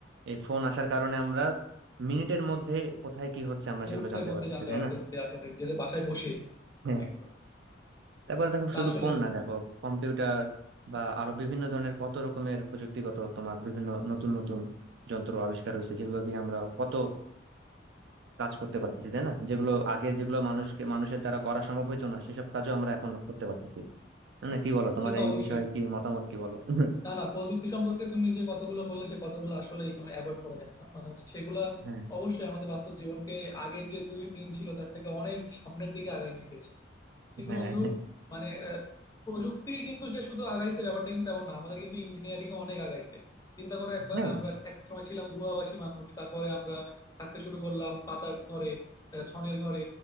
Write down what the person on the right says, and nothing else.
এই ফোন আসার কারণে আমরা মিনিটের মধ্যে কোথায় কি হচ্ছে আমরা
সেগুলো জানতে
পারতেছি
তাই
না
হ্যাঁ
তারপরে দেখো শুধু
ফোন না দেখো কম্পিউটার বা আরো বিভিন্ন ধরনের কত রকমের প্রযুক্তিগত তোমার বিভিন্ন নতুন নতুন যন্ত্র আবিষ্কার হয়েছে যেগুলো দিয়ে আমরা কত কাজ করতে পারতেছি তাই না যেগুলো আগে যেগুলো মানুষকে মানুষের দ্বারা করা সম্ভব হইতো না সেসব কাজও আমরা এখন করতে পারতেছি তাই না কি বলো তোমার
এই
বিষয়ে
কি মতামত কি বলো <laughs>
হ্যাঁ
হ্যাঁ
হ্যাঁ